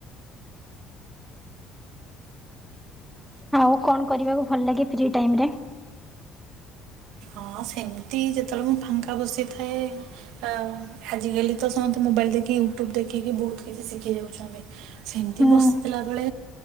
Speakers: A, in the centre; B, on the right.
A: ଆଉ, କଣ କରିବାକୁ ଭଲ ଲାଗେ ଫ୍ରି ଟାଇମ୍ ରେ?
B: ହଁ, ସେମିତି ଯେତେବେଳେ ମୁଁ ଫାଙ୍କା ବସିଥାଏ। ଆଁ, ଆଜିକାଲି ତ ସମସ୍ତେ ମୋବାଇଲ୍ ଦେଖି ୟୁଟ୍ୟୁବ୍ ଦେଖିକି ବହୁତ କିଛି ଶିଖି ଯାଉଛନ୍ତି। ସେମିତି
A: ହୁଁ
B: ବସିଥିଲାବେଳେ